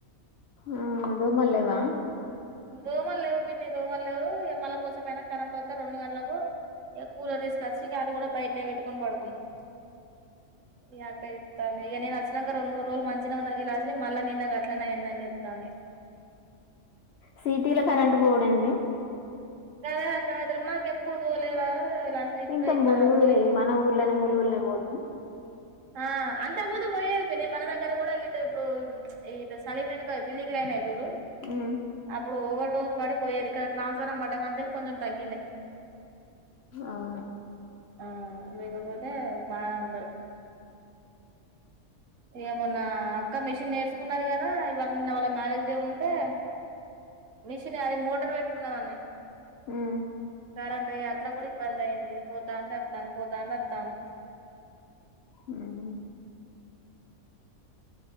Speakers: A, on the left; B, on the right.
A: ఆ అదో మల్ల వా
B: దోమలు లేవు పిన్ని దోమలు లేవు ఏ మళ కోసమైనా కరెంట్ వస్తే రెండు గంటలకు ఇగ కూలర్ తీసుకొచ్చి గది కూడా బయటనే పెట్టుకొని పడుకున్నాం ఇగ అక్క చెప్తాంది ఇగ నే అస చ్చినాక రెండు మూడు రోజులు మంచిగా ఉన్నారు కలాసి మళ్ళా నిన్న గట్లనే అయిందని చెప్తాంది.
A: సిటీ లో కరెంటు పోవుడేంది
B: గదే అర్థం అయితలేదు. మాకెప్పు ఇప్పుడు పోలేదా విలాసిని ఇప్పుడే
A: ఇంకా
B: ఇట్లా
A: ములుగూరే
B: పోయింది
A: మన ఊర్లోనే మురు జూన్ లో బోదు
B: ఆ అంతకు ముందు పోయేది పిన్ని మన దగ్గర కూడా ఇటు ఇప్పుడు ఇటు సలీమెనకాల బిల్డింగ్లయినాయి చూడు
A: ఉమ్
B: అప్పుడు ఓవర్డోసు పడి పోయేది ఇక్కడ ట్రాన్స్ఫారం పడ్డ కాంచి కొంచెం తగ్గినాయి.
A: అవును
B: ఆ లేకపోతే బా ఉంట ఏమన్నా అక్క మిషన్ నేర్చుకున్నది కదా ఇవాళ నిన్న వాళ్ళ మ్యారేజ్డే ఉంటే మిషన్ అది మోటర్ పెట్టుకున్నాను అన్నట్టు
A: హ్మ్
B: కరెంటు అట్లా కూడా ఇబ్బంది అయింది పో వత్తాంది, వత్తాంది పోతాంది వత్తాంది.
A: ఉమ్